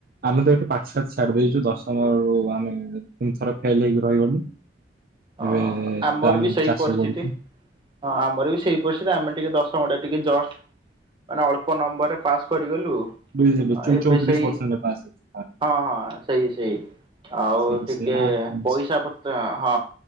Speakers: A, on the right (about 55°); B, on the right (about 30°).
A: ଆମେତ ପାଞ୍ଚ ଛାଡ଼ି ଦେଇଛୁ ଦଶମରୁ ଆମେ, ତିନିଥର ଫେଲ୍ ହେଇକି ରହିଗଲୁ।
B: ହଁ
A: ଏବେ
B: ଆମର
A: ତ ଆମେ
B: ବି ସେଇ
A: ଚାଷ
B: ପରିସ୍ଥିତି
A: କରୁଛୁ।
B: ହଁ ଆମର ବି ସେଇ ପରିସ୍ଥିତି ଆମେ ଟିକେ ଦଶ ଦଶମଟା ଟିକେ ଜଷ୍ଟ ମାନେ ଅଳ୍ପ ନମ୍ୱର୍ ରେ ପାସ୍ କରିଗଲୁ
A: ବୁଝିଲୁ
B: ହଁ ଏବେ
A: ଚଉତିରିଶ
B: ସେଇ
A: ପରସେଣ୍ଟ ପାସ୍ ହେଇଛି।
B: ହଁ ହଁ ସେଇ ସେଇ ଆଉ
A: ସେ
B: ଟିକେ
A: ସେ ନା ହୁଁ
B: ପଇସା ପତ୍ର ହଁ